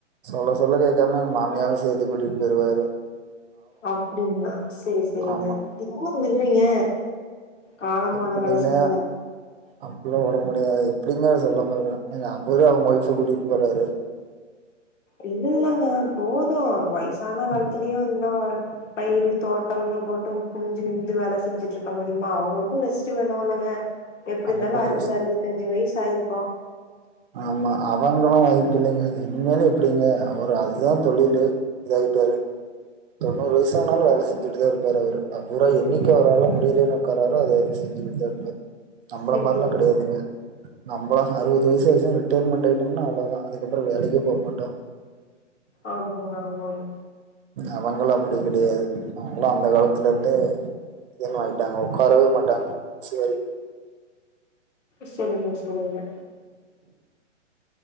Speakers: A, on the right (about 45°); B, on the left (about 75°).
A: சொல்ல சொல்ல கேக்காம எங்க மாமியாவு சேத்து கூட்டிட் பேயிருவாரு
B: அப்டிங்களா செரி செரிங்க
A: ஆமா
B: எவ்ளோ விடுறீங்க காலம்
A: எப்பிடின்ன
B: போன கடைசில
A: அப்பல்லா ஒடம்பு முடியாது எப்டிங்க சொல்லாமா இருப்பாங்க ஏங்க அப்பவே அவுங்க ஒயிஃப கூட்டிட்டு போறாரு
B: இல்லில்லங்க போது வயசான காலத்துலயு
A: ம்,
B: இந்த வ பயிரு தோட்டம்னு போட்டு குனிஞ்சி நிமி்ந்து வேல செஞ்சுட்ருக்க முடியுமா அவுங்குளுக்கு ரெஸ்ட்டு வேணுல்லங்க எப்டிந்தாலு
A: அவங்களுக்கு
B: அறுவது அறுவத்தஞ்சு வயசாயிருக்கு
A: ஆமா அவங்களு வாய்ப்பில்லிங்க இனிமேல் எப்பிடிங்க அவரு அதா தொழிலு இதாயிட்டாரு தொண்ணூறு வயசானாலு வேல செஞ்சுட்டுதா இருப்பாரு அவுரு அப்புறா என்னிக்கு அவுராள முடியலேனு ஒக்காரரோ அது வரைக்கு செஞ்சுகிட்டுதா இரு நம்பள
B: செரி
A: மார்ல்லா
B: செரிங்க
A: கெடையாதுங்க நம்பளா அறுவது வயசாயிச்சுனா ரிட்டையர்மெண்ட் ஆயிட்டம்னா அவ்ளோதா அதுக்கப்றோ வேலக்கே போமாட்டோ
B: ஆமாங்க ஆமாங்க
A: அவங்கள்ளா அப்டி கெடையாது அவுங்களா அந்த காலத்துலந்தே இ <unintelligible> ஆயிட்டாங்க ஒக்காரவே மாட்டாங்க கடைசி வரை
B: செரிங்க செரிங்க